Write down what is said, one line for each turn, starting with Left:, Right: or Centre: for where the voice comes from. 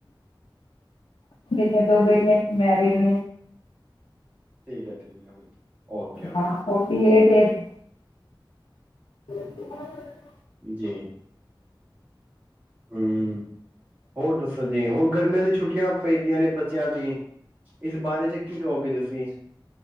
Left: ਮੇਰੀਆਂ ਦੋ ਬੇਟੀਆਂ ਮੈਰਿਡ ਨੇ।
Right: ਠੀਕ ਹੈ, ਠੀਕ ਹੈ। ਓਕੇ
Left: ਹਾਂ ਫੋਟੀ ਇਟ ਇਟ ਹਮ
Right: ਜੀ। ਹਮ, ਹੋਰ ਦੱਸੋ ਜੀ, ਹੋਰ ਗਰਮੀਆਂ ਦੀ ਛੁੱਟੀਆਂ ਪੈਂਦੀਆਂ ਨੇ ਬੱਚਿਆਂ ਦੀ, ਇਸ ਬਾਰੇ ਚ ਕੀ ਕਹੋਗੇ ਤੁਸੀਂ।